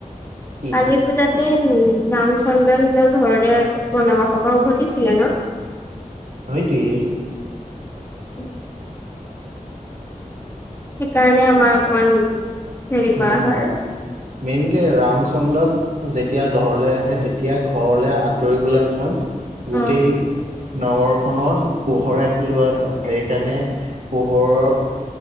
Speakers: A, on the right; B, on the left.
A: কি
B: কালী পূজাত সেই ৰামচন্দ্ৰ নিজৰ ঘৰলে বনবাসৰ পৰা উভতিছিলে ন।
A: সেইটোৱেই
B: <unintelligible> সেইকাৰণে আমাৰ অকমান হেৰি
A: উম
B: কৰা হয় আৰু।
A: মেইনকে ৰামচন্দ্ৰক যেতিয়া ঘৰলৈ আহে তেতিয়া ঘৰলৈ আদৰিবলৈ সময়ত গোটেই।
B: অ',
A: নগৰখনক পোহৰাই পেলোৱা হয়, সেইকাৰণে পোহৰৰ